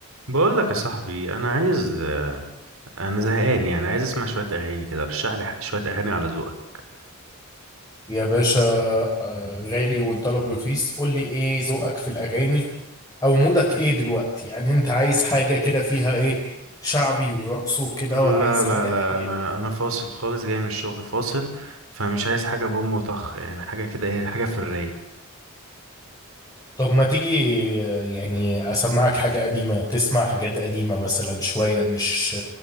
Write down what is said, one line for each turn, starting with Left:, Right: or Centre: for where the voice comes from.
Right: بقول لك يا صاحبي انا عايز آه، انا زهقان يعني عايز اسمع شويه اغاني كده رشح لي ح- شويه اغاني على ذوقك
Left: يا باشا آه، غالي والطلب رخيص قول لي ايه ذوقك في الاغاني او مودك ايه دلوقتي يعني انت عايز حاجه كده فيها ايه شعبي ورقص وكده
Right: لا
Left: ولا عايز حاجه
Right: لا لا
Left: هاديه
Right: انا انا فاصل خالص جاي من الشغل فاصل فمش عايز حاجه بوم وطخ يعني حاجه كده ايه حاجه في الرايق
Left: طب ما تيجي آه، يعني اسمعك حاجه قديمه تسمع حاجات قديمه مثلا شويه مش